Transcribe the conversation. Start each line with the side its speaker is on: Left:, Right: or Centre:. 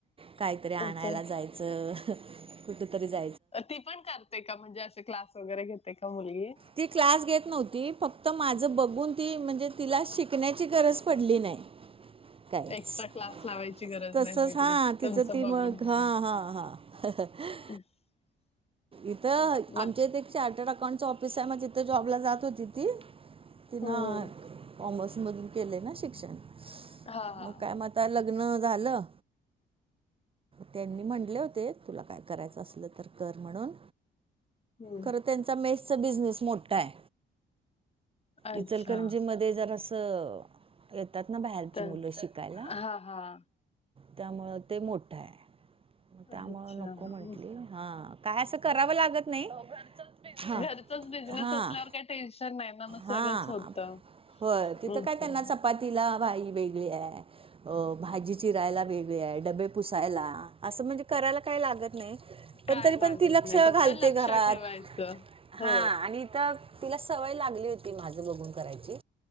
Right: काहीतरी आणायला
Left: अच्छा
Right: जायचे. अं, हं कुठेतरी जा
Left: ती पण करते का? म्हणजे असे क्लास वगैरे घेते का मुलगी?
Right: ती क्लास घेत नव्हती, फक्त माझं बघून ती म्हणजे तिला शिकण्याची गरज पडली नाही. काहीच
Left: एक्स्ट्रा क्लास लावायची गरज
Right: तसंच
Left: नाही पडली.
Right: हां तिचं
Left: तुमचं
Right: ती
Left: बघून,
Right: मग
Left: बघून.
Right: हां हां, हां. हहं.
Left: <unintelligible>
Right: इथं
Left: अच्छा, मग
Right: आमच्या इथे एक चार्टर्ड अकाउंटच ऑफिस हाय, मग तिथे जॉबला जात होती ती.
Left: हम्म
Right: हा, कॉमर्समधून केलय ना शिक्षण,
Left: हा हा
Right: मग काय म आता लग्न झालं, त्यांनी म्हटले होते तुला काय करायच असल तर कर म्हणून,
Left: हम्म
Right: करत त्या मेसचा बिजनेस मोठा हाय.
Left: अच्छा
Right: इचलकरंजी मध्ये तर असं, येतात ना बाहेरची
Left: तेच
Right: मुलं शिकायला.
Left: हा हा
Right: त्यामुळ ते मोठं हाय त्यामुळं
Left: अच्छा
Right: नको म्हटली.
Left: हं.
Right: हा. काय असं करावं लागत नाही. हा
Left: घरचच बिझनेस
Right: हा
Left: असल्यावर काय टेन्शन नाही ना, सगळंच
Right: हा.
Left: होतं.
Right: होय, तिथं
Left: असं
Right: काय त्यांना चपाती तिला बाई वेगळी हाय, अ भाजी चिरायला वेगळी हाय, डबे पुसायला. असं म्हणजे करायला काय लागत नाही,
Left: काय
Right: पण तरी
Left: लागत
Right: पण स
Left: नाही
Right: घालते
Left: फक्त लक्ष
Right: घरात,,
Left: ठेवायचं. हो
Right: हां आणि इथं तिला सवय लागली होती माझ बघून करायची,